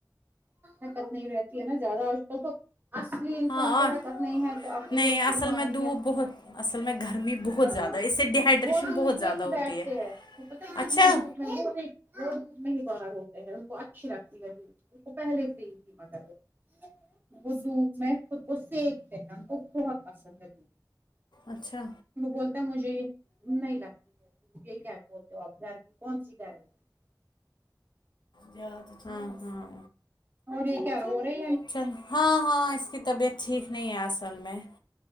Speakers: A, on the right; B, on the left.
A: حکت نہیں رہتی ہے نا زیادہ آج کل تو اصلی انسان
B: ہاں
A: کو
B: اور
A: حکت نہیں ہے تو آپ کو
B: نہیں
A: وہ
B: اصل
A: بیماری
B: میں دھوپ
A: ہے
B: بہت اصل میں گرمی بہت
A: ہاں
B: زیادہ اس سے ڈیہائیڈریشن
A: وہ دھوپ
B: بہت زیادہ
A: میں ہی بیٹھتے
B: ہوتی ہے
A: ہیں پتا اتنا
B: اچھا
A: دھوپ میں بہت وہ دھوپ میں ہی باہر ہوتے ہیں ان کو اچھی لگتی ہے دھوپ ان کو پہلے سے ہی تھی مگر وہ وہ دھوپ میں خود کو سیکتے انکو بہت پسند ہے
B: اچھا
A: وہ بولتا ہے مجھے یہ نہیں لگتی ہے یہ کیا بولتے ہو گمی کون سی گرمی ہے
B: ج ہاں ہاں
A: اور یہ کیارو رہے
B: چند ہاں ہاں اس کی طبیعت ٹھیک نہیں ہے اصل میں